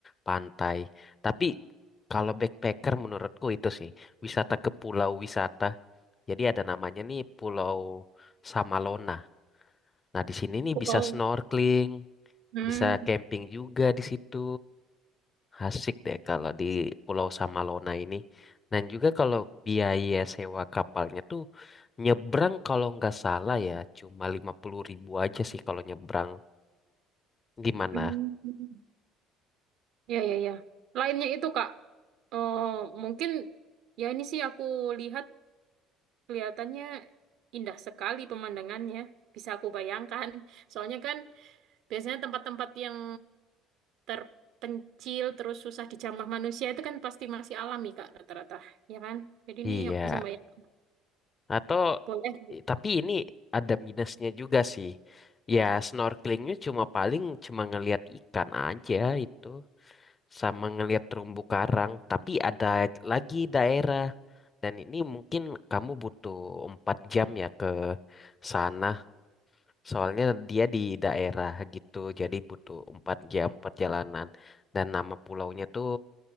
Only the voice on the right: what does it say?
Oh,
Hmm,
hmm, ya ya ya. Lainnya itu Kak, eh, mungkin ya ini sih aku lihat kelihatannya indah sekali pemandangannya. Bisa aku bayangkan. Soalnya kan biasanya tempat-tempat yang terpencil terus susah dijamah manusia itu kan pasti masih alami Kak rata-rata ya kan jadi
ini aku bisa bayangkan
boleh